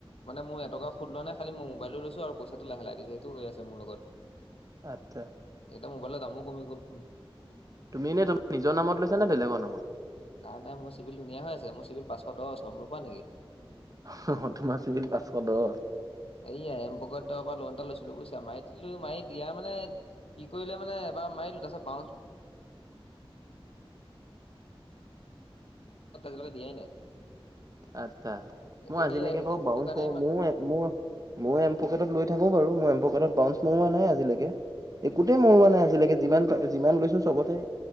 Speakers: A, on the left; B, on the right.
A: মানে মোৰ এটকাও সুধ লোৱা নাই খালি ময় মোবাইলটো লৈছোঁ আৰু পইচাটো লাহে লাহে দিছোঁ সেইটো হৈ আছে মোৰ লগত।
B: আৎচ্ছা।
A: এটা মোবাইলৰ দামো কমি গ'ল।
B: তুমি এনেই তুমি নিজৰ নামত লৈছা নে বেলেগৰ নামত?
A: নাই নাই মোৰ চিভিল ধুনীয়া হৈ আছে, মোৰ চিভিল পাঁচশ দছ গম‌ নোপোৱা নেকি?
B: হ হ তোমাৰ চিবিল পাঁচশ দহ।
A: এইয়া এম পকেতৰ পৰা লোন এটা লৈছিলোঁ বুইছা মাৰি দিলো মাৰি দিয়া মানে- কি কৰিলে মানে এবাৰ মাৰিলোঁ তাৰপিছত পাওঁচ- ত আজি লৈকে দিয়াই নাই।
B: আৎচ্ছা
A: এতিয়া
B: মই আজিলৈকে
A: সেয়াই সেইটো
B: বাৰু
A: সেইটো
B: বাউন
A: কাৰণে
B: মো মো- মও এমপ'কেটত লৈ থাকোঁ বাৰু মই এমপকেটত বাউনচ মৌৱা নাই আজিলৈকে। একোতে মৰোৱা নাই আজিলৈকে যিমান যিমান লৈছোঁ চবতে